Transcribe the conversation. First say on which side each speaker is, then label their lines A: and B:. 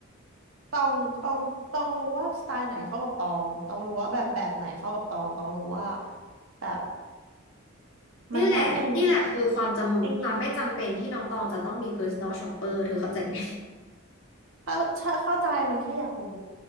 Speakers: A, on the right; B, on the left.
A: ตองตองตองรู้ว่าสไตล์ไหนเข้ากับตองตองรู้ว่าแบบแบบไหนเข้ากับตองตองรู้ว่าแบบมันต้องยังไง
B: นี่แหละนี่แหละคือความจำความไม่จำเป็นที่น้องตองจะต้องมี
A: ยังยัง
B: personal shopper เธอเข้าใจไหม
A: เข้าเข้าเข้าใจมันแค่อยากรู้